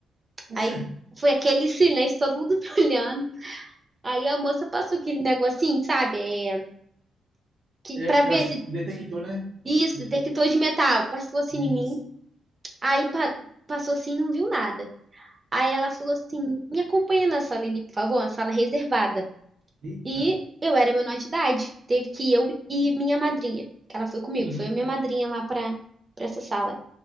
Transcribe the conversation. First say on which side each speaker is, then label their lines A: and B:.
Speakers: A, on the right; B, on the right.
A: Poxa,
B: Aí foi aquele <laughs> silêncio, todo mundo <laughs> me olhando. Aí a moça passou aquele negocinho, sabe? É, que,
A: é,
B: pra ver
A: eu acho
B: se
A: que detectou, né?
B: isso,
A: Detec...
B: detector de metal. Passou assim
A: Isso.
B: em mim. Aí pa- passou assim e não viu nada. Aí ela falou assim: me acompanha na sala ali, por favor, uma sala reservada.
A: Eita.
B: E eu era menor de idade. Teve que ir eu e minha madrinha, que ela foi comigo,
A: Uhum.
B: foi a minha madrinha lá pra, pra essa sala.